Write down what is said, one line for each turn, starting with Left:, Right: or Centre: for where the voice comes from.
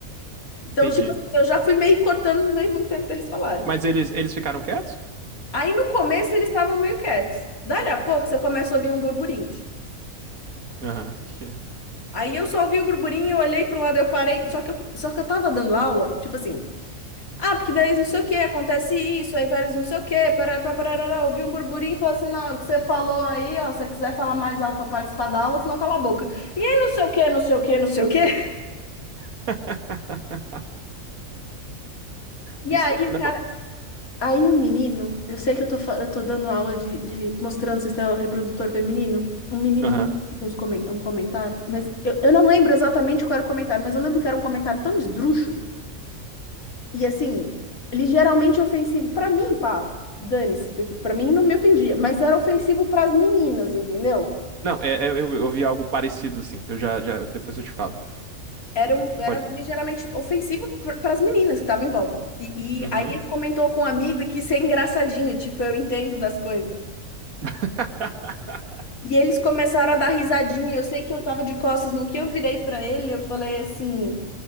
Left: Então,
Right: Entendi.
Left: tipo, eu já fui meio cortando, não dei muito tempo deles falarem.
Right: Mas eles, eles ficaram quietos?
Left: Aí no começo eles estavam meio quietos. Dali a pouco você começa a ouvir um burburinho.
Right: Aham, que que é?
Left: Aí eu só ouvi o burburinho, eu olhei pro lado, eu parei. Só que eu, só que eu tava dando aula, tipo assim, Ah, porque daí não sei o que, acontece isso, aí vários não sei o que, parará, parará, ouvi um burburinho e falou assim, não, o que você falou aí, ó, se você quiser falar mais alto pra participar da aula, senão cala a boca. E aí não sei o que, não sei o que, não sei o que. <laughs>
Right: <laughs>
Left: E
Right: Isso,
Left: aí
Right: é-
Left: o
Right: não,
Left: cara, aí um menino, eu sei que eu tô, fa- eu tô dando aula de, de mostrando sistema reprodutor feminino, um menino
Right: aham.
Left: me fez uns comen- um comentário, mas eu, eu não lembro exatamente qual era o comentário, mas eu lembro que era um comentário tão esdrúxulo E assim, ligeiramente ofensivo pra mim, pá, dane-se, tipo, pra mim não me ofendia, mas era ofensivo pras meninas, entendeu?
Right: Não, é, é- eu, eu vi algo parecido, assim. Eu já, já, depois eu te falo.
Left: Era, um, era
Right: Pode.
Left: ligeiramente ofensivo para as meninas que estavam em volta. E,
Right: Uhum.
Left: e aí ele comentou com um amigo e quis ser engraçadinho, tipo, eu entendo das coisas.
Right: <laughs>
Left: E eles começaram a dar risadinha. Eu sei que eu tava de costas, no que eu virei pra ele, eu falei assim: